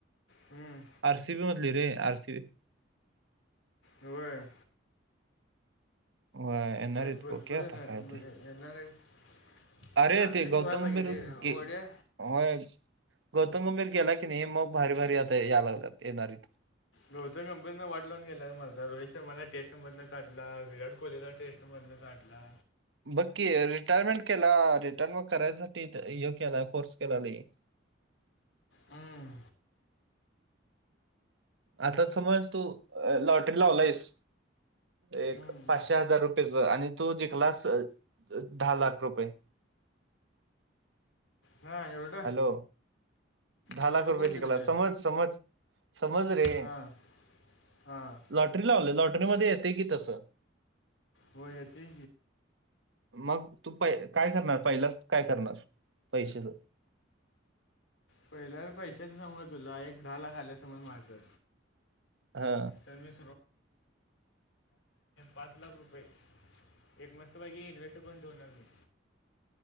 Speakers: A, on the left (about 75°); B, on the right (about 70°).
A: हम्म.
B: आर सी बी म्हदली रे, आरसीबी.
A: व्हय.
B: व्हय
A: आहेत
B: ऐनार
A: भरपूर
B: ओ के आता
A: येणार
B: काय ते
A: येणार आहेत
B: अरे
A: चांगली
B: ते
A: घेवा
B: गौतम
A: पाहिजे
B: भेरूत..
A: रे
B: गी
A: ओढ्या
B: होय.. गौतम गंभीर गेला की नाही मग भारी -भारी आता याय लागलेत येणारेत.
A: गौतम गंभीर वाट लावून गेलय मालकाच रोहित मला टेस्ट मदन काढला, विराट कोहलीचा टेस्ट मधन काढला
B: बघ की रिटायरमेंट केला, रिटायरमेंट करायसाठी इथं ये केलं कोर्स केला लई
A: ह्म्म्म
B: आता समज तूअ.. लॉटरी लावलाहेस. एक..
A: हम्म.
B: पाचशे हजार रुपयेच आणि तू जिकलास दहा लाख रुपये
A: हा एवढं
B: हॅलो! दहा
A: एवढं
B: लाख रुपय
A: कोण जिंकले
B: जिंकलास, समज.. समज.. समज.. रे..
A: हां हां
B: लॉटरी लावल, लॉटरीमध्ये येत की तसं
A: हो.. येत की
B: मग तू प.. काय करणार पहिलाच काय करणार पैशाच?
A: पहिल्यावर पैशाच सांगू तुला एक दहा लाख आल्यासमोर माझ्या
B: हा
A: तर मी <inaudible> पाच लाख रुपये एक मस्त पैकी इन्व्स्ट करण ठेवणार मी